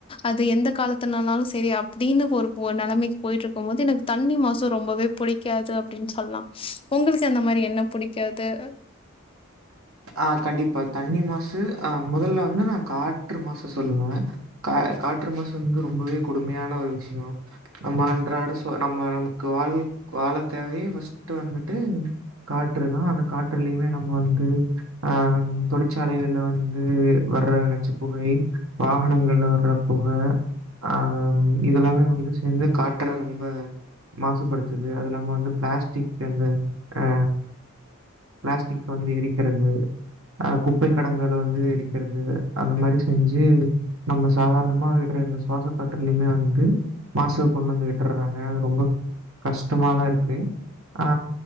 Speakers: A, on the left; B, on the right.
A: அது எந்த காலத்துனனாலு செரி அப்டின்னு ஒ ஒரு நெலமைக்கு பொயிட்டுருக்கும் போது எனக்கு தண்ணி மாசு ரொம்பவே புடிக்காது அப்டின் சொல்லலா உங்களுக்கு அந்த மாதிரி என்ன புடிக்காத் து
B: ஆஹ் கண்டிப்பா தண்ணி மாசு ஆஹ் முதல்ல வந்து நா காற்று மாச சொ சொல்லுவே கா காற்று மாச வந்து ரொம்பவே கொடுமையான ஒரு விஷயோ நம்ம அன்றாட சொ நம்ம நமக்கு வாழ் வாழ தேவைய ஃபஸ்ட்டு வந்துட்டு காற்று தா அந்த காற்றுலுயுமே நம்ம வந்து ஆ தொழிற்சாலைகள்ல வந்து வர்ற நச்சுப்புகை வாகனங்கள்ல வர்ற புக ஆ இதுல்லாமே வந்து சேந்து காற்ற ரொம்ப மாசுபடுத்துது அதுல்லாம வந்து பிளாஸ்டிக் அந்த ஆ பிளாஸ்டிக் வந்து எரிக்கிறது ஆ குப்பை கடங்கல வந்து எரிக்கறது அந்த மாரி செஞ்சு நம்ம சாதாரணமா விட்ற அந்த சுவாச கா லுமே வந்து மாசுவ கொண்டு வந்து விட்டுறாங்க அது ரொம்ப கஷ்டமாதாருக்கு ஆ